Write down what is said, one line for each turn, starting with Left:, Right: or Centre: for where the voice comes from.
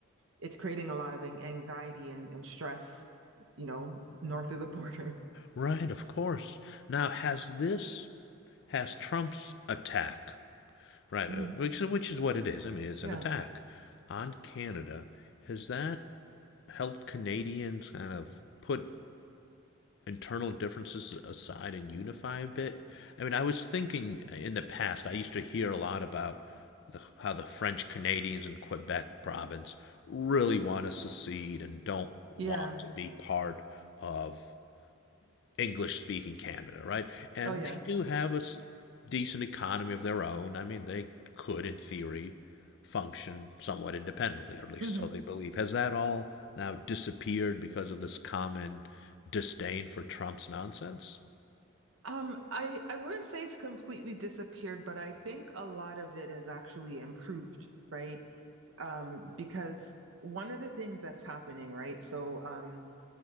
Right: it's creating a lot of anxiety and, and stress, you know, north of the <laughs> border.
Left: Right, of course. Now, has this, has Trump's attack, right,
Right: hmm
Left: uh, which, which is what it is, I mean, it's
Right: Yeah.
Left: an attack on Canada, has that helped Canadians kind of put internal differences aside and unify a bit? I mean, I was thinking in the past, I used to hear a lot about the, how the French Canadians in Quebec province really want to secede and don't want
Right: Yeah.
Left: to be part of English speaking Canada, right? And
Right: Oh, yeah.
Left: they do have a s- decent economy of their own. I mean, they could, in theory, function somewhat independently, or at least
Right: hmm
Left: so they believe. Has that all now disappeared because of this common disdain for Trump's nonsense?
Right: Um, I, I wouldn't say it's completely disappeared, but I think a lot of it has actually improved, right? Um, because one of the things that's happening, right? So, um,